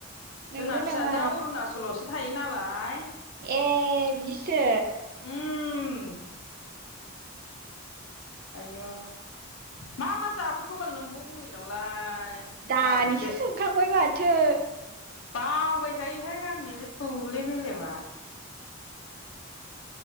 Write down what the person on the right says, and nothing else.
नंगौ
नामा
ए बिसो
दानिसो
सोंखांबाय माथो।